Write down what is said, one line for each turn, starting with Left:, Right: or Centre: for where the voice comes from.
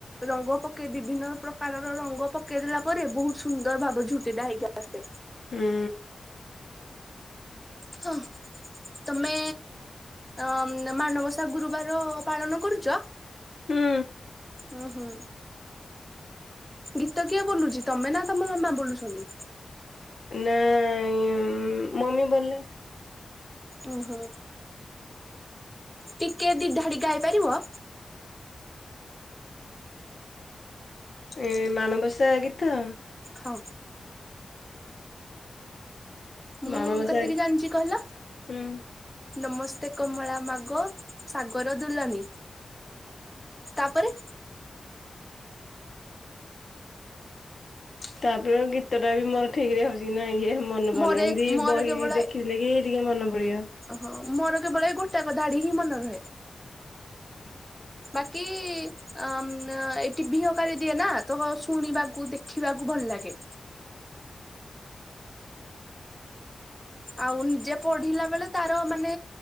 Centre: ରଙ୍ଗ ପକେଇ ବିଭିନ୍ନ ପ୍ରକାରର ରଙ୍ଗ ପକେଇଦଲା ପରେ ବହୁତ ସୁନ୍ଦର ଭାବ ଝୁଟିଟା ହେଇକି ଆସେ।
Left: ହୁଁ।
Centre: ହଁ ତମେ ଅ ଅମ ମାନବସା ଗୁରୁବାର ପାଳନ କରୁଚ?
Left: ହୁଁ
Centre: ଉୁଁ ହୁଁ ଗୀତ କିଏ ବୋଲୁଚି ତମେ ନା ତମ ମାମା ବୋଲୁସନ୍ତି?
Left: ନାଇଁ ଉମ ମମି ବୋଲେ।
Centre: ଓ ହୋ। ଟିକେ ଦି ଧାଡି ଗାଇ ପାରିବ?
Left: ଏ ମାଣବସା ଆ ଗୀତ?
Centre: ହଁ। ମୁଁ
Left: ମାଣବସା
Centre: କେତିକି ଜାଣିଚି କହିଲ?
Left: ହୁଁ
Centre: ନମସ୍ ସ୍ତେ କମଳା ମାଗୋ ସାଗର ଦୁଲନୀ। ତାପରେ
Left: ତାପରେ ଗୀତ ଟା ବି ମୋର ଠିକି ରେ ହୋଉଚି କି ନାଇ ଏ ହେ ମନେ ପଡୁନି
Centre: ମୋର
Left: ଏମିତି
Centre: ମୋର
Left: ବହି
Centre: କେବଳ
Left: କି ଦେଖିଲେ କି ଟିକେ ମନେ ପଡିବ।
Centre: ହଁ ମୋର କେବଳ ଏ ଗୋଟାକ ଧାଡି ହିଁ ମନେ ରହେ। ବାକି ଅମ୍ ଏଠି ବିହକାରୀ ଦିଏ ନା ତ ଶୁଣିବାକୁ ଦେଖିବାକୁ ଭଲ ଲାଗେ। ଆଉ ନିଜେ ପଢିଲା ବେଳେ ତାର ମାନେ